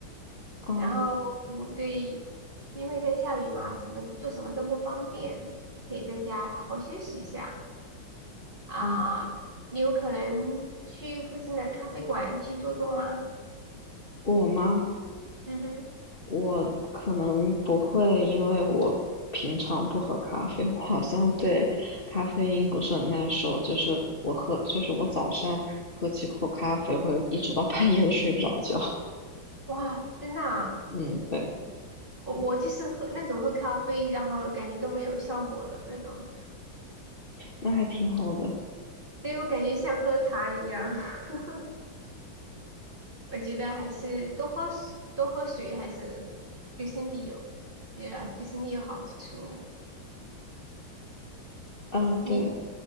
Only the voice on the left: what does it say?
啊
啊，
我吗？
我可能不会，因为我平常不喝咖啡，<laughs> 我好像对咖啡因不是很耐受。就是我喝，就是我早上喝几口咖啡，会一直到 <laughs> 半夜都睡不着觉。
嗯，对，
那还挺好的。
啊，
对，